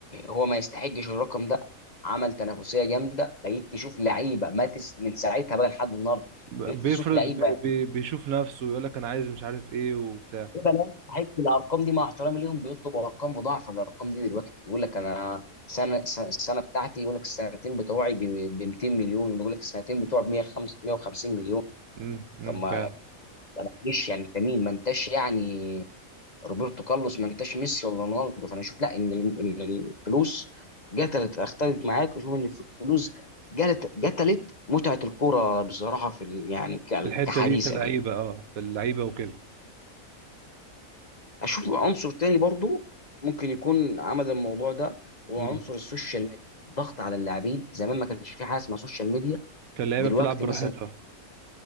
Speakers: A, on the left; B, on the right.
A: هو ما يستحقش الرقم ده عمل تنافسيه جامده بقيت تشوف لعيبه ما تس... من ساعتها بقى لحد النهارده
B: ب-
A: بقيت
B: بيفرض
A: تشوف لعيبه
B: ب-
A: يعني
B: بي- بيشوف نفسه ويقول لك انا عايز مش عارف ايه وبتاع
A: لعيبة لا تستحق الارقام دي مع احترامي ليهم بيطلبوا ارقام مضاعفه للارقام دي دلوقتي يقول لك انا سنه س- السنه بتاعتي يقول لك السنتين بتوعي ب 200 مليون يقول لك السنتين بتوعي ب 150 مليون
B: امم امم
A: طب ما
B: فعلا
A: ليش يعني انت مين ما انتش يعني روبرتو كارلوس ما انتش ميسي ولا رونالدو فانا اشوف لا ان الم- ان الفلوس قتلت اختلف معاك واشوف ان الفلوس قتلت قتلت متعه الكوره بصراحه في ال- يعني ك-
B: في الحته
A: كحديثا
B: دي كلاعيبه
A: يعني
B: اه في اللعيبه وكده
A: اشوف عنصر تاني برضو ممكن يكون عمل الموضوع ده هو
B: إمم.
A: عنصر السوشيال ميديا الضغط على اللاعبين زمان ما كانش في حاجه اسمها سوشيال ميديا
B: كان اللعيبه
A: دلوقتي
B: بتلعب براحتها
A: مثلا